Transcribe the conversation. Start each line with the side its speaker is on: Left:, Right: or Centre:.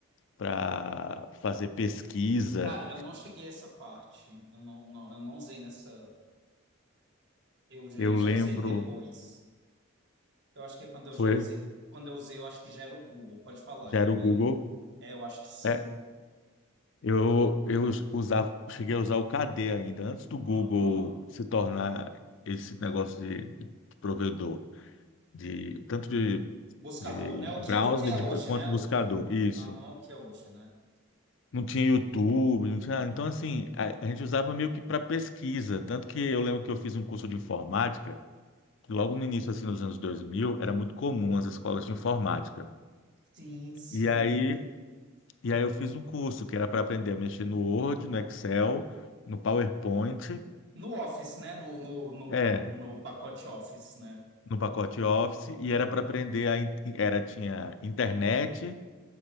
Left: para fazer pesquisa.
Right: Cara, eu não cheguei a essa parte. Eu não, não, eu não usei nessa. Eu já,
Left: Eu
Right: já
Left: lembro,
Right: usei depois. Eu acho que quando eu já
Left: foi,
Right: usei, quando eu usei, eu acho que já era o Google. Pode falar,
Left: já
Right: eu
Left: era
Right: lembro.
Left: o Google.
Right: É, eu acho que sim.
Left: É, Eu, eu usava, cheguei a usar o KD ainda, antes do Google
Right: Aham.
Left: se tornar esse negócio de, de provedor, de, tanto de,
Right: Buscador,
Left: de
Right: né? O que,
Left: browser
Right: o que é
Left: de-
Right: hoje,
Left: quanto
Right: né? O
Left: buscador.
Right: que,
Left: Isso.
Right: aham, o que é hoje, né?
Left: Não tinha YouTube, não tinha. Então, assim, a, a gente usava meio que para pesquisa. Tanto que eu lembro que eu fiz um curso de informática, que logo no início, assim, nos anos 2000 era muito comum as escolas de informática.
Right: Sim, sim.
Left: E aí, e aí eu fiz um curso que era para aprender a mexer no Word, no Excel, no PowerPoint.
Right: No Office, né? No, no, no,
Left: É,
Right: no pacote Office, né?
Left: no pacote Office e era para aprender a in- era tinha internet